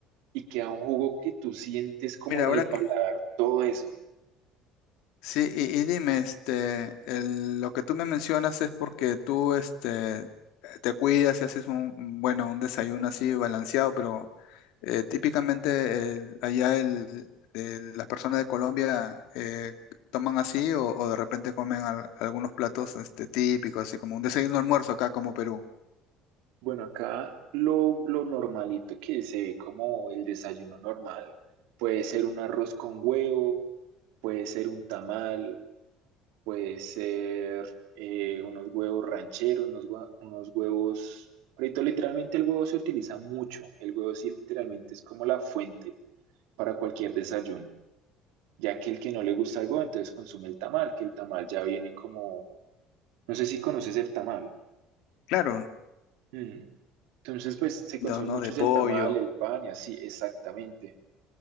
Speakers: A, on the right; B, on the left.
A: y queda un jugo que tú sientes como
B: Mira,
A: en
B: ahora
A: el
B: que,
A: paladar todo eso.
B: Sí, y, y dime, este, el- lo que tú me mencionas es porque tú, este, te cuidas y haces un, un- bueno, un desayuno así balanceado, pero eh, típicamente el- allá el, el- las personas de Colombia eh, toman así o, o de repente comen al- algunos platos, este, típicos, así como un desayuno almuerzo acá como Perú.
A: Bueno, acá lo, lo normalito que se ve como el desayuno normal, puede ser un arroz con huevo, puede ser un tamal, puede ser eh, unos huevos rancheros, unos, hua- unos huevos... Ahorita literalmente el huevo se utiliza mucho, el huevo sí literalmente es como la fuente. para cualquier desayuno, ya que el que no le gusta algo, entonces consume el tamal, que el tamal ya viene como, no sé si conoces el tamal.
B: Claro,
A: Mm. Entonces, pues se
B: entonces,
A: consume
B: ¿no?
A: mucho
B: De
A: es
B: pollo
A: el tamal, el pan y así, exactamente.